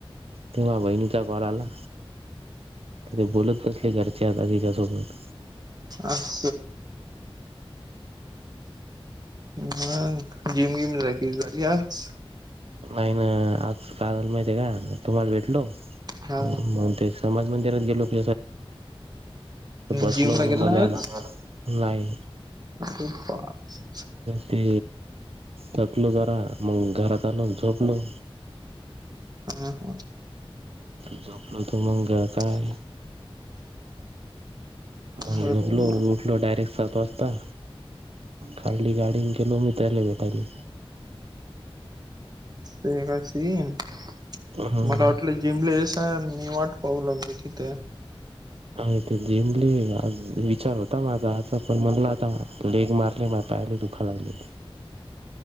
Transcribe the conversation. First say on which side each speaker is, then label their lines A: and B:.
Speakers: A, on the right (about 80°); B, on the right (about 40°).
A: तेव्हा वहिणीचा कॉल आला. ते बोलत बसले घरचे आता तिच्यासोबत.
B: आस. मग जीम गिम झाली तुझी आज?
A: नाहीना आज काय झाल माहिते का तुम्हाला भटलो मग
B: हा
A: तेच. हनुमान मंदिरात गेलो <unintelligible> तर बसलो
B: जिम ला
A: <unintelligible>
B: गेला ना आज
A: नाही.
B: <unintelligible>
A: ते थकलो जरा मग घरात आलो झोपलो.
B: हम्म हम्म
A: झोपलो होतो मग काय?
B: हा
A: मग
B: बरं
A: झोपलो उठलो डयरेक्ट सात बसता काढली गाडी गेलो मित्राले भेटायले.
B: ते <unintelligible>
A: हम्म
B: मला वाटल जिमले येसान मी वाट पाहू लागलो तिथ.
A: ह ते जिंमले विचार होता माझा आता पण म्हणला आता लेग मारले माझा पाय लय दुख <unintelligible> ले